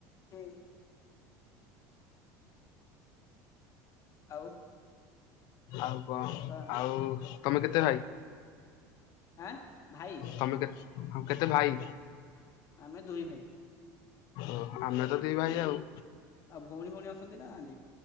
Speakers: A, on the left; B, on the left.
A: ହୁଁ। ଆଉ
B: ଆଉ କଣ
A: ତ
B: ଆଉ ତମେ କେତେ ଭାଇ?
A: ଆଁ। ଭାଇ
B: ତମେ କେତେ କେତେ ଭାଇ?
A: ଆମେ ଦୁଇ ଭାଇ।
B: ଓ ଆମେ ତ ଦି ଭାଇ ଆଉ।
A: ଆଉ ଭଉଣୀ ଭଉଣୀ ଅଛନ୍ତି ନା ନାହାନ୍ତି?